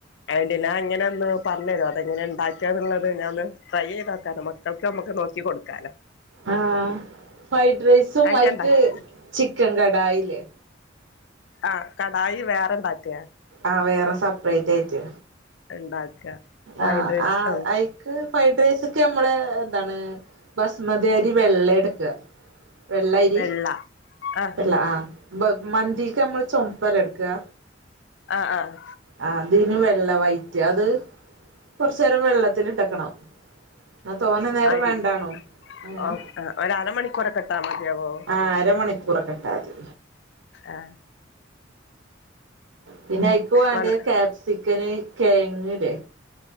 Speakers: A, on the left; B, on the right.
A: <unintelligible> അത് എങ്ങനെ ഒന്ന് പറഞ്ഞെരോ അതെങ്ങനെ ഇണ്ടാക്കിയേന്ന്ള്ളത് ഞാൻ ഒന്ന് ട്രെയ്‌ ചെയ്ത് നോക്കാ നമ്മക് മക്കൾക്ക് നമ്മുക്ക് നോക്കി കൊടുക്കാലോ
B: ആ ഫ്രൈഡ് റൈസും
A: അത്
B: ആയിക്
A: ഞാൻ ഉണ്ടാക്കി
B: ചിക്കൻ കടായില്ലേ
A: ആഹ് കടായി വേറെണ്ടാക്കാ
B: ആ വേറെ സെപ്പറേറ്റ് ആയിട്ട്
A: ഉണ്ടാക്കുക ഫ്രൈഡ്
B: ആഹ്
A: റൈസ്
B: ആഹ്
A: ആ
B: ആയി ഫ്രൈഡ് റൈസ്ക്ക് ഞമ്മള് എന്താണ് ഭസ്മതി അയ്രി വെള്ള എടുക്കുക വെള്ളരി
A: വെള്ള ആ
B: വെള്ള ആഹ് മന്തിക്ക് നമ്മള് ചുമപ്പല്ല എടുക്കുക
A: ആഹ് ആഹ്
B: ആഹ് ഇതിന് വെള്ള വൈ റ്റ് അത് കുറച്ച് നേരം വെള്ളത്തിൽ ഇട്ട് വെക്കണം ആ തോന്നെ നേരം
A: അരി
B: വേണ്ടാണും ഏഹ്
A: ഓ ഒരു അരമണിക്കൂറൊക്കെ ഇട്ടാ മതിയാവോ
B: ആഹ് അരമണിക്കൂറക്കെ ഇട്ടാമതി
A: ആഹ്
B: പിന്നെ ആയിക്ക് വാണ്ടെ
A: വെള്ള
B: ക്യാപ് ചിക്കന് കെയങ്ങ് ഇലേ